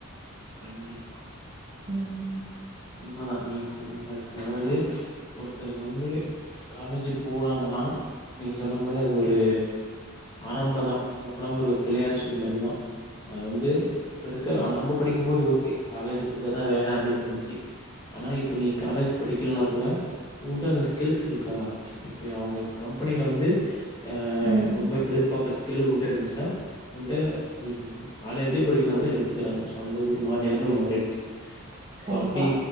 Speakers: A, on the left; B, on the right.
A: கண்டிப்பா
B: ம்
A: உண்மதா நீங்க சொன்னது கரெட்டு தா அதாவது ஒருத்தருக்கு வந்து காலேஜ் போறாங்கன்னா நீங்க சொன்ன மாரி அது ஒரு ஆரம்ப தா சொல்லப் போனா ஒரு பிள்ளையார் சுழி மாரி தா அது வந்து இப்ப இருக்க நம்ப படிக்கு போது ஓகே காலேஜ் படிச்சாதா வேல அப்டின் திருந்த்ச்சு ஆனா இப்ப நீ காலேஜ் படிக்கல்னா கூட உன்ட்ட அந்த ஸ்கில்ஸ் இருக்கா இப் அவுங்க கம்பெனில வந்து அ
B: ம்
A: ரொம்ப எதிர்பாக்கற ஸ்கில்லு உன்ட்ட இருந்துச்ன்னா உன்ட்ட இ காலேஜே படிக்கலனா கூட எடுத்துக்கிறாங்க அந்த ஒரு மாநிலமே மாறிடுச்சி சோ
B: கண்டிப்பா
A: அப்டி